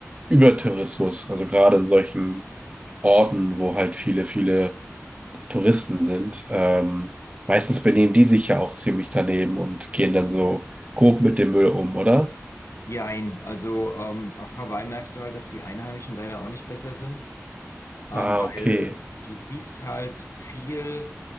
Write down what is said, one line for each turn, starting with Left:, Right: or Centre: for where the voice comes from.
Right: Übertourismus, also gerade in solchen Orten, wo halt viele, viele Touristen sind, ähm, meistens benehmen die sich ja auch ziemlich daneben und gehen dann so grob mit dem Müll um, oder?
Left: Jein, also ähm, auf Hawaii merkst du halt, dass die Einheimischen leider auch nicht besser sind. ähm,
Right: Ah,
Left: weil
Right: okay.
Left: du siehst halt viel